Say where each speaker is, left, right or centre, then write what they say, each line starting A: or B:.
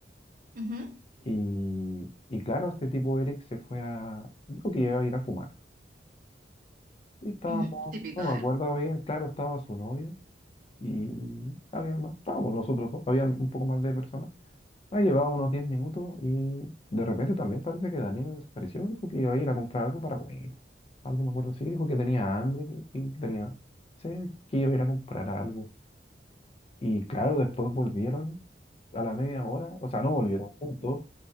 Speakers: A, on the right; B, on the left.
A: Ujú.
B: y, y claro, este tipo Eric se fue a, dijo que iba a ir a fumar. Y estábamos,
A: <clears throat> Típico
B: no me
A: de
B: acuerdo
A: él.
B: bien, claro, estaba su novia y había más, estábamos nosotros dos, había un poco más de personas. Ah, llevaba unos 10 minutos y de repente también parece que Danilo desapareció. Dijo que iba a ir a comprar algo para comer. Algo me acuerdo, sí, dijo que tenía hambre que- y que tenía sed, que iba a ir a comprar algo. Y claro, después volvieron a la media hora, o sea, no volvieron juntos,